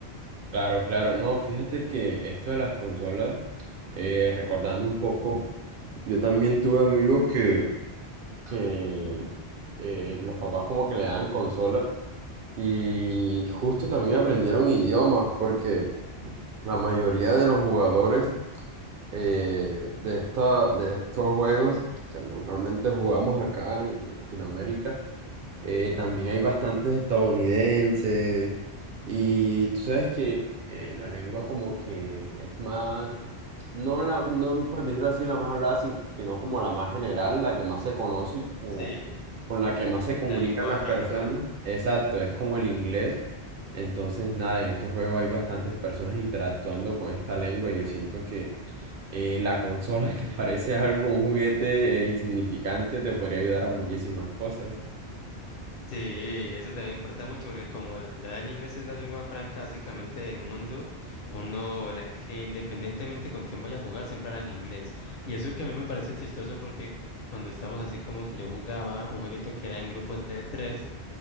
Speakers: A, on the right (about 60°); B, on the left (about 65°).
A: Claro, claro. No, fíjate que esto de las consolas, eh, recordando un poco, yo también tuve amigos que, que eh, los papás como que le daban consola y justo también aprendieron idiomas porque la mayoría de los jugadores eh, de esta, de estos juegos que normalmente jugamos acá en Latinoamérica. Eh, también hay bastantes
B: Ujú.
A: estadounidenses y tú sabes que eh, la lengua como que es más, no, la, no por decirlo así, la más hablada, si- sino como la más general, la que más se conoce y como
B: Sí,
A: con la que más se comunican
B: la lengua
A: las
B: franca.
A: personas. Exacto, es como el inglés. Entonces, nada, en estos juegos hay bastantes personas interactuando con esta lengua y yo siento que eh, la consola <laughs> que parece algo, un juguete eh, insignificante, te podría ayudar a muchísimas cosas.
B: Sí, eso también importa mucho porque como ya el inglés es la lengua franca básicamente del mundo, uno verá que independientemente con quién vaya a jugar siempre habla en inglés. Y eso que a mí me parece chistoso porque cuando estamos así como que yo jugaba un jueguito que era en grupos de tres,